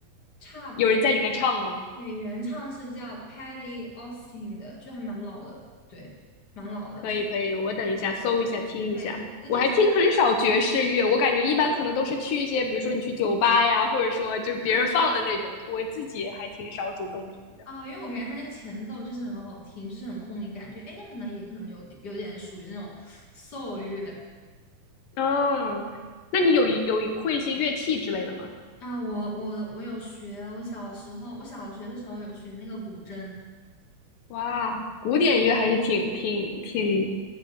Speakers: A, on the left; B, on the left.
A: 差不多。
B: 有人在里面唱吗？
A: 对，原唱是叫 Patty Austin 的，就还蛮老的，对，蛮老的，
B: 可以可以，
A: 就是
B: 我等一下搜一下听一下。
A: 对，有有点
B: 我还听很少爵士乐，我感觉一般可能都是去一些，比如说你去酒吧呀，或者说就是别人放的那种，我自己还挺少主动听的。
A: 啊，因为我感觉他那个前奏就是很好听，就是很空灵感觉，哎，那可能也可能有有点属于那种 s 乐
B: 哦，那你有一有一会一些乐器之类的吗？
A: 啊。我我我有学，我小时候我小学的时候有学那个古筝。
B: 哇，古典乐还是挺挺挺
A: 对